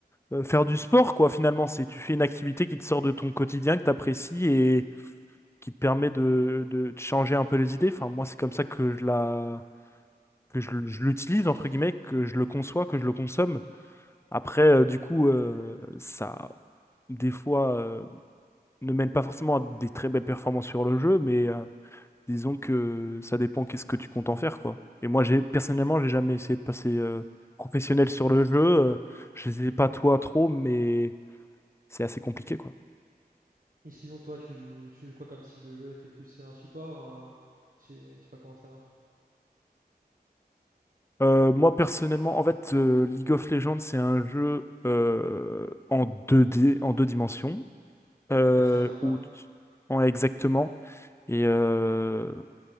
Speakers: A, on the left (about 15°); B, on the right (about 55°).
A: euh, faire du sport quoi finalement, c'est
B: Ouais.
A: tu fais une activité qui te sort de ton quotidien, que t'apprécies et qui te permet de, de te changer un peu les idées. Enfin moi c'est comme ça que je la que je, je l'utilise, entre guillemets, que je le conçois, que je le consomme. Après, euh, du coup, euh, ça, des fois, euh, ne mène pas forcément à des très belles performances sur le jeu, mais euh, disons que ça dépend qu'est-ce que tu comptes en faire, quoi. Et moi, j'ai, personnellement, j'ai jamais essayé de passer euh, professionnel sur le jeu. Euh, je sais pas toi trop, mais c'est assez compliqué, quoi.
B: Et sinon, toi, tu joues, tu joues quoi comme style de jeu? T'es plus un support, un... Je sais je sais pas comment ça marche.
A: Euh, moi personnellement, en fait, euh, League of Legends, c'est un jeu euh, en deux d en deux dimensions. euh,
B: Ouais, c'est un MOBA.
A: où t- en exactement. Et euh,